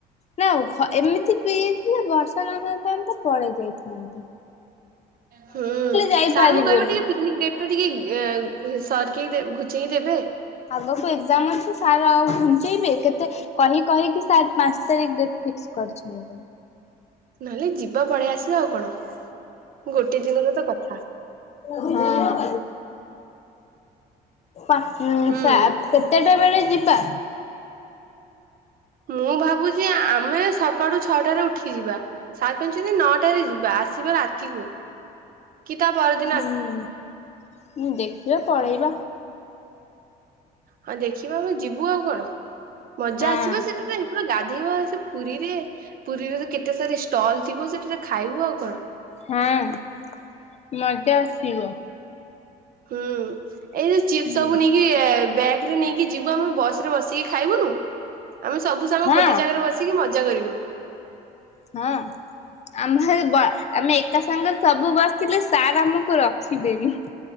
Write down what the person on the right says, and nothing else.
ହୁଁ
ସାର ଙ୍କୁ କହିବ ଟିକିଏ ପିକନିକ ଡେଟ୍। ଟିକେ ସର କେ ଘୁଚେଇ ଦେବେ।
ନହେଲେ ଯିବା ପଳେଇ ଆସିବା ଆଉ କଣ। ଗୋଟେ ଦିନର ତ କଥା।
ହୁଁ
ମୁଁ ଭାବୁଛି ଆମେ ସକାଳୁ ଛଅଟାରେ ଉଠି ଯିବା। ସାର କହିଛନ୍ତି ନଅଟାରେ ଯିବା ଆସିବା ରାତିହଉ। କି ତା ପରଦିନ।
ହଁ ଦେଖିବା ଆମେ ଯିବୁ ଆଉ କଣ ମଜା
ଆସିବ ସେତେ ଟାଇମି। ଗାଧେଇବା ସେ ପୁରୀରେ ପୁରୀରେ କେତେ ସାରି ଷ୍ଟଲ ଥିବ ସେଠାରେ ଖାଇବୁ ଆଉ କଣ।
ହୁଁ ଏଇ ଯୋଉ ଚିପ୍ସ
ସବୁ ନେଇକି। ୟେବ୍ୟାଗ ରେ ନେଇକି ଯିବୁ ଆମେ ବସ ରେ ବସିକି ଖାଇବୁନୁ ଆମେ ସବୁ। ସବୁ
ଗୋଟେ ଜାଗାରେ ବସିକି ମଜା କରିବୁ।